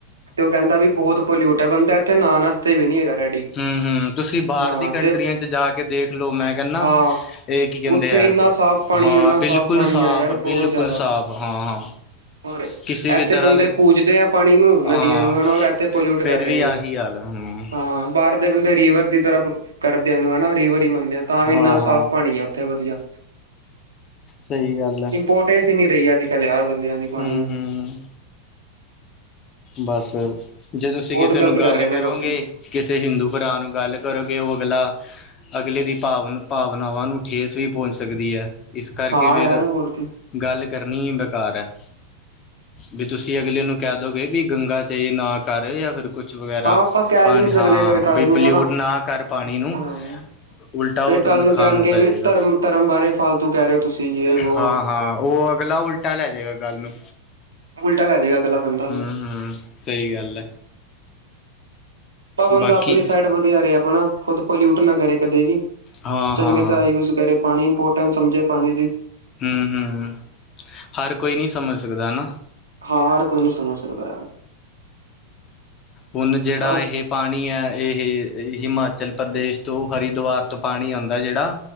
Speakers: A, on the right (about 75°); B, on the left (about 30°).
A: ਤੇ ਉਹ ਕਹਿੰਦਾ ਵੀ ਬਹੁਤ ਪੋਲਿਊਟ ਹੈ ਬੰਦਾ ਇੱਥੇ ਨਾਨ ਵਾਸਤੇ ਵੀ ਨੀ ਹੈਗਾ ਰੈਡੀ
B: ਹਮ -ਹਮ ਤੁਸੀਂ ਬਾਹਰ
A: ਹਾਂ
B: ਦੀ ਕੰਟਰੀਆਂ
A: ਤੇ
B: ਚ ਜਾ ਕੇ ਦੇਖ ਲਓ ਮੈਂ ਕਹਿੰਦਾ
A: ਹਾਂ
B: ਇਹ ਕੀ ਕਹਿੰਦੇ
A: ਉੱਥੇ
B: ਹੈ
A: ਇੰਨਾ
B: ਕਿ
A: ਸਾਫ਼ ਪਾਣੀ
B: ਹਾਂ
A: ਇੰਨਾ
B: ਬਿਲਕੁਲ
A: ਸਾਫ਼ ਪਾਣੀ
B: ਸਾਫ਼,
A: ਆ ਯਾਰ
B: ਬਿਲਕੁਲ
A: ਬਹੁਤ ਜ਼ਿਆਦਾ
B: ਸਾਫ਼ ਹਾਂ- ਹਾਂ
A: ਹੋਰ
B: ਕਿਸੇ ਵੀ
A: ਇੱਥੇ
B: ਤਰ੍ਹਾਂ
A: ਬੰਦੇ
B: ਦੇ
A: ਪੂਜਦੇ ਆ ਪਾਣੀ ਨੂੰ,
B: ਹਾਂ
A: ਨਦੀਆਂ ਨੂੰ, ਹਨਾ ਔਰ ਇੱਥੇ ਪੋਲਿਊਟ
B: ਫੇਰ
A: ਕਰ ਰਹੇ
B: ਵੀ
A: ਨੇ
B: ਆਹੀ ਹਾਲ ਹੈ ਹੂੰ
A: ਹਾਂ ਬਾਹਰ ਦੇ ਬੰਦੇ ਰੀਵਰ ਦੀ ਤਰ੍ਹਾਂ ਕਰਦਿਆਂ ਨੂੰ ਹਨਾ ਰੀਵਰ ਹੀ ਮੰਨਦੇ ਹ ਤਾਂ ਵੀ
B: ਹਾਂ
A: ਇੰਨਾ ਸਾਫ਼
B: ਹਾਂ
A: ਪਾਣੀ ਆ ਉੱਥੇ ਵਧੀਆ,
B: ਸਹੀ ਗੱਲ ਹੈ
A: ਇੰਪੋਟ ਵੈਸੇ ਨੀ ਰਹੀ ਅੱਜ ਕੱਲ੍ਹ ਯ ਹਰ ਬੰਦਿਆਂ ਦੀ ਪਾਣੀ
B: ਹੂੰ
A: ਨੂੰ
B: ਹੂੰ ਬਸ ਜੇ ਤੁਸੀਂ
A: ਬਹੁਤ
B: ਕਿਸੇ
A: ਗ਼ਲਤ
B: ਨੂੰ ਗੱਲ
A: ਕਰ ਰਹੇ
B: ਕਰੋਗੇ,
A: ਨੇ ਲੋਕੀ
B: ਕਿਸੇ ਹਿੰਦੂ ਭਰਾ ਨੂੰ ਗੱਲ ਕਰੋਗੇ, ਉਹ ਅਗਲਾ ਅਗਲੇ ਦੀ ਭਾਵਨਾ ਭਾਵਨਾਵਾਂ ਨੂੰ ਠੇਸ ਵੀ ਪਹੁੰਚ ਸਕਦੀ ਹੈ, ਇਸ ਕਰਕੇ
A: ਹਾਂ
B: ਫਿਰ
A: ਯਾਰ ਹੋਰ ਕੀ
B: ਗੱਲ ਕਰਨੀ ਬੇਕਾਰ ਹੈ, ਵੀ ਤੁਸੀਂ ਅਗਲੇ ਨੂੰ ਕਹਿ ਦੋਗੇ ਵੀ ਗੰਗਾ ਤੇ ਨਾ ਕਰ ਜਾਂ ਫਿਰ ਕੁਛ ਵਗੈਰਾ
A: ਹਾਂ ਆਪਾਂ ਕਹਿ
B: ਪਾਣੀ
A: ਵੀ ਨੀ ਸਕਦੇ
B: ਹਾਂ
A: ਫੇਰ ਕੱਲ
B: ਬਈ
A: ਨੂੰ
B: ਪਲਿਊਟ
A: ਹਨਾ
B: ਨਾ ਕਰ ਪਾਣੀ ਨੂੰ।
A: ਹਾਂ
B: ਉਲਟਾ
A: ਫੇਰ
B: ਉਹ ਤੁਹਾਨੂੰ
A: ਕੱਲ
B: ਖਾਣ
A: ਕਹਿਣਗੇ
B: ਨੂੰ ਪੈ
A: ਵੀ
B: ਜਾਵੇਗਾ,
A: ਧਰਮ ਧਰਮ ਬਾਰੇ ਫਾਲਤੂ ਕਹਿ ਰਹੇ ਹੋ ਤੁਸੀਂ ਯੇ ਵੋ
B: ਹਾਂ ਹਾਂ ਉਹ ਅਗਲਾ ਉਲਟਾ ਲੈ ਜਾਏਗਾ ਗੱਲ ਨੂੰ
A: ਉਲਟਾ ਲੈ ਜਾਏਗਾ ਅਗਲਾ ਬੰਦਾ
B: ਹਮ-
A: ਫਿਰ।
B: ਹਮ ਸਹੀ ਗੱਲ ਹੈ।
A: ਭਵਨ
B: ਬਾਕੀ
A: ਦਾ ਆਪਣੀ ਸਾਈਡ ਵਧੀਆ ਰਹਾ ਆਪਣਾ ਖੁਦ ਪੋਲਿਊਟ ਨਾ ਕਰੇ, ਕਦੇ ਵੀ
B: ਹਾਂ
A: ਚੰਗੇ
B: ਹਾਂ
A: ਤਾਂ ਰੇ ਪਾਣੀ ਇੰਪੋਰਟੈਂਟ ਸਮਝੇ ਪਾਣੀ ਦੀ
B: ਹਮ -ਹਮ ਹਰ ਕੋਈ ਨਹੀ ਸਮਝ ਸਕਦਾ ਹਨਾ
A: ਹਾਂ ਯਾਰ ਕੋਈ ਨੀ ਸਮਝ ਸਕਦਾ ਯਾਰ
B: ਹੁਣ ਜਿਹੜਾ
A: ਬਸ
B: ਇਹ ਪਾਣੀ ਹੈ ਇਹ ਹਿਮਾਚਲ ਪ੍ਰਦੇਸ਼ ਤੋਂ ਹਰਿਦੁਵਰ ਤੋਂ ਪਾਣੀ ਆਉਂਦਾ ਜਿਹੜਾ